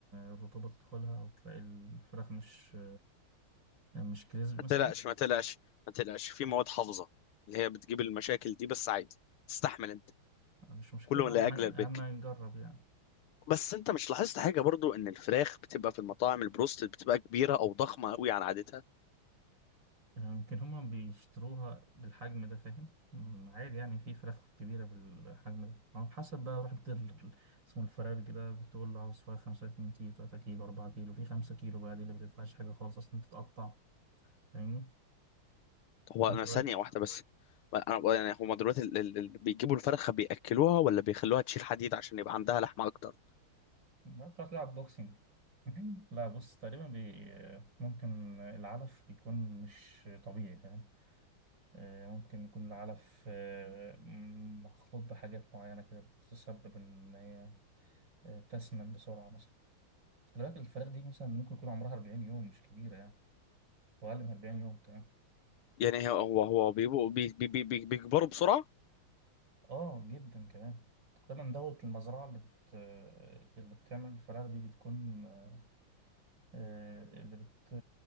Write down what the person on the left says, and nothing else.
ما تقلقش ما تقلقش ما تقلقش في مواد حافظه اللي هي بتجيب المشاكل دي بس عادي تستحمل انت
كله لاجل
البك
بس انت مش لاحظت حاجه برضو ان الفراخ بتبقى في المطاعم البروست بتبقى كبيره او ضخمه قوي عن عادتها
هو
انا
ثانيه واحده بس انا يعني هما دلوقتي ال- ال- ال- بيجيبوا الفرخه بياكلوها ولا بيخلوها تشيل حديد عشان يبقى عندها لحمه اكتر
يعني هو هو هو بيبقوا بي بي بي بي- بيكبروا بسرعه